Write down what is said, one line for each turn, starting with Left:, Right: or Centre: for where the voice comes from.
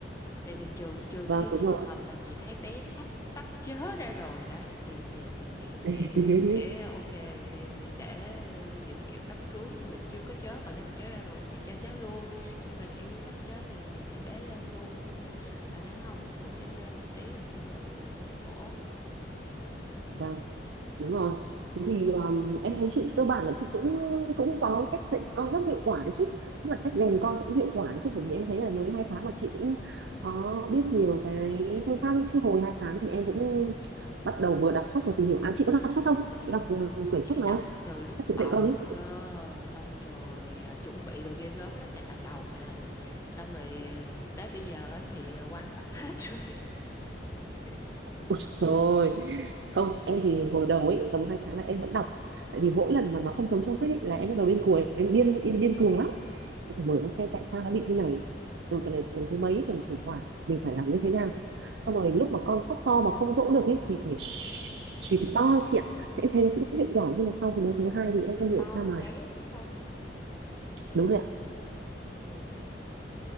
Left: tại vì trừ trừ
Right: vâng
Left: khi
Right: đúng
Left: trường
Right: rồi
Left: hợp là chị thấy bé sắp sắp chớ <laughs> ra rồi đấy thì thì thì chị sẽ
Right: <laughs>
Left: sẽ ok sẽ sẽ để những kiểu cấp cứu nhưng mà chưa có chớ còn nếu mà chớ ra rồi thì, thì cho chớ luôn nhưng mà kiểu như sắp chớ thì sẽ bế lên luôn còn nếu không á thì cũng cho chơi một tí rồi xong rồi à, mới vỗ
Right: vâng Đúng rồi. Thế thì um, em thấy chị cơ bản là chị cũng cũng có cách dạy con rất hiệu quả ấy chứ. Tức là cách rèn con cũng hiệu quả ấy chứ bởi vì em thấy là mới hai tháng mà chị cũng có biết nhiều cái phương pháp ấy chứ hồi hai tháng thì em cũng bắt đầu vừa đọc sách vừa tìm hiểu. À chị có đọc sách không? Chị có đọc ừ, quyển
Left: chị
Right: sách nào
Left: đọc
Right: không?
Left: từ lúc
Right: Sách để
Left: bầu
Right: dạy con ấy.
Left: cơ xong rồi à, chuẩn bị đồ ghê gớm lắm tại tập đầu mà xong rồi à, tới bây giờ á thì à, quan sát hết rồi <laughs>
Right: Ôi trời không em thì hồi đầu ấy tầm hai tháng là em vẫn đọc tại vì mỗi lần mà nó không giống trong sách ấy, là em bắt đầu điên cuồng em điên điên điên cuồng lắm em phải mở ra xem tại sao nó bị thế này rồi tuần này tuần thứ mấy tuần khủng hoảng mình phải làm như thế nào xong rồi lúc mà con khóc to mà không dỗ được ấy thì phải
Left: Ừ.
Right: chỉ thật to chị ạ thế em thấy nó cũng hiệu quả nhưng mà sau cái đứa
Left: Thế
Right: thứ
Left: là mình
Right: hai
Left: phải
Right: thì
Left: xịt
Right: em không hiểu
Left: to
Right: sao
Left: hơn
Right: mà
Left: bé phải không?
Right: đúng rồi ạ
Left: Ừ.